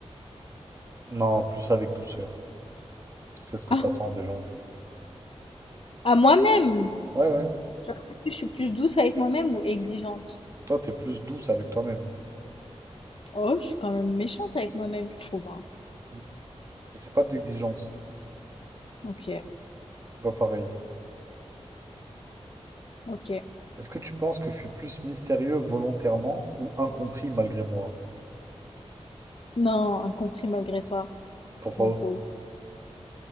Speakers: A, on the right (about 30°); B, on the left (about 55°).
A: Non, plus avec douceur. C'est ce que
B: Ah,
A: t'attends des gens.
B: à moi-même!
A: Ouais, ouais.
B: Genre, est-ce que Je suis plus douce avec moi-même ou exigeante?
A: Toi, t'es plus douce avec toi-même.
B: Oh, je suis quand même méchante avec moi-même, je trouve, hein.
A: Mais c'est pas de l'exigence.
B: OK,
A: C'est pas pareil.
B: OK.
A: Est-ce que tu penses que je suis plus mystérieux volontairement ou incompris malgré moi?
B: Non, incompris malgré toi,
A: Pourquoi?
B: mon pauvre.